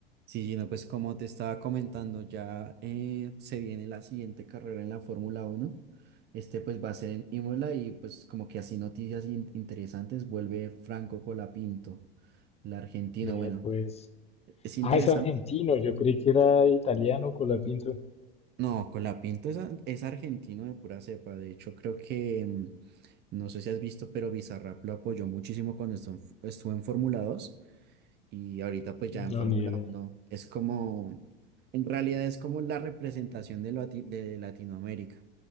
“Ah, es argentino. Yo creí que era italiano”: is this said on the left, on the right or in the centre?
Left